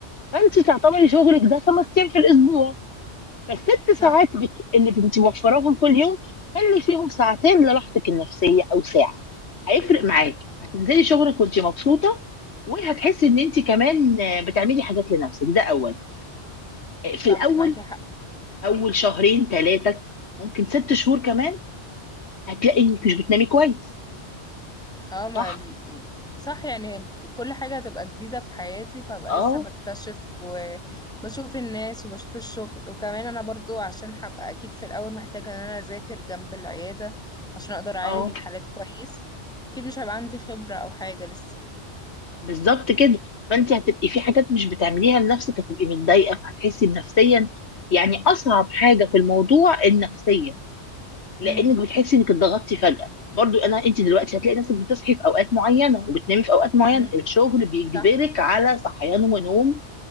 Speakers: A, on the left; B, in the centre.
A: فانت تعتبري شغلك ده خمس ايام في الاسبوع فالست
B: صح
A: ساعات بك- اللي بنتي موفراهم كل يوم خلي فيهم ساعتين لراحتك النفسية أو ساعة هيفرق معاكي هتنزلي شغلك وانت مبسوطة وهتحسي ان انت كمان آه، بتعملي حاجات لنفسك ده أول آه، في
B: صح
A: الأول
B: معاكي حق
A: أول شهرين ثلاثة ممكن ست شهور كمان هتلاقي انك مش بتنامي كويس
B: اه ما
A: صح؟
B: ال- صح يعني كل حاجة هتبقى جديدة في حياتي فهبقى
A: اه
B: لسه بكتشف وبشوف الناس وبشوف الشغل وكمان انا برضو عشان هبقى اكيد في الاول محتاجة ان انا اذاكر جنب العيادة عشان اقدر اعالج
A: اه
B: الحالات كويس اكيد مش هيبقى عندي خبرة او حاجة لسه
A: بالظبط كده فانت هتبقي في حاجات مش بتعمليها لنفسك هتبقي متضايقة فهتحسي نفسيا يعني أصعب حاجة في الموضوع النفسية لانك
B: امم
A: بتحسي انك اتضغطتي فجاه برضو انا انت دلوقتي هتلاقي نفسك بتصحي في اوقات معينه وبتنامي في اوقات معينه
B: امم
A: الشغل بيجبرك
B: صح
A: على صحيان ونوم